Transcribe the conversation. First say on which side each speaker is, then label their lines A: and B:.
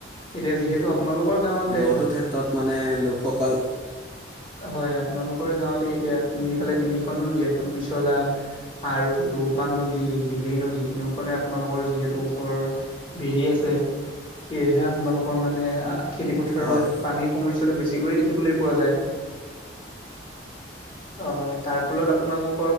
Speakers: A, on the left (about 25°); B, on the left (about 45°).
A: এতিয়া যিহেতু আপোনালোকৰ গাঁৱতে
B: বহুতো ক্ষেত্ৰত মানে লোকসকল
A: হয় আপোনালোকৰ গাঁৱতে এতিয়া তিনিফালে তিনিখন নদী এখন পিছলা আৰু দৌপাং নদী দিহিং নদী তিনিখন আপোনালোকৰ যিহেতু ঘৰ বিৰি আছে সেহে আপোনালোকৰ মানে খেতি পথাৰত
B: হয়
A: পানীৰ সমস্যাটো বেছিকৈয়ে দেখিবলৈ পোৱা যায়। অ হয় তাৰ ফলত আপোনালোক